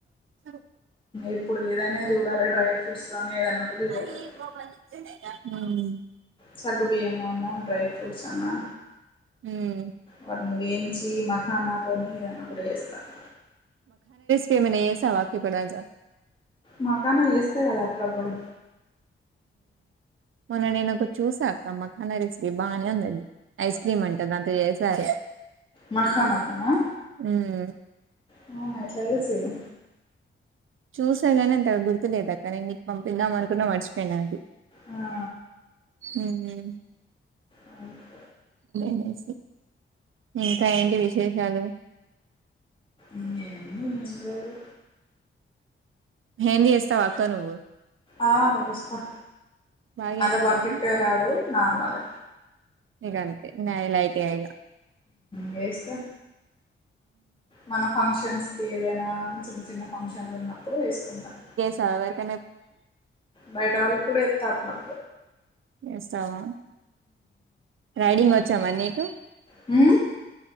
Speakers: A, on the right; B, on the left.
A: సర
B: ఇప్పుడు ఏదైనా చూడాలి డ్రై ఫ్రూట్స్ తోనే ఏదైనా
A: అ
B: ఒకటి చేయాలి
A: మ మ
B: సగు బియ్యమ అన్నా డ్రై ఫ్రూట్స్ అన్నా
A: మ్మ్
B: వాటిని వేయించి మఖానాతోనే ఏదన్నా కూడా వేస్తాను
A: ఫ మ ఏసా వాక్య ప రాజా
B: మకాన వేస్తా కదా అప్పుడప్పుడు
A: మొన్న నేను ఒక చూసాకమ్మాఖన్న రెసిపీ బాగానే ఉందిది ఐస్ క్రీమ్ అంటే దాంతో చేసారు
B: మఖ మతనా
A: మ్మ్
B: ఆ మాయట్లాదుచను
A: చూసా గాని అంత గుర్తు లేదాక్క నేనుీకు పంపిద్దాం అనుకున్నా మర్చిపోయినా అడి
B: ఆహా!
A: హ
B: అ స
A: అనేసి ఇంకా ఏంటి విశేషాలు
B: ఇ ఎన్నందారు
A: హెందీ ఎస్తా వాక్క నువ్వు
B: ఆ ఇస్తా
A: బాగా
B: అంత
A: ఏస్తావా
B: పర్ఫెక్ట్గా రాదు నార్మల్
A: ఇగ అంతే నన్యలాయితేయా ఇక
B: వేజత మన ఫంక్షన్స్ కి ఏదైనా చిన్న చిన్న ఫంక్షన్లు ఉన్నప్పుడు వేసుకుంటాం
A: సవర్క
B: బయట వాళ్ళకి కూడా ఎత్తా అ మ
A: చేస్తావా రైడింగ్ వచ్చామా నీకు
B: అ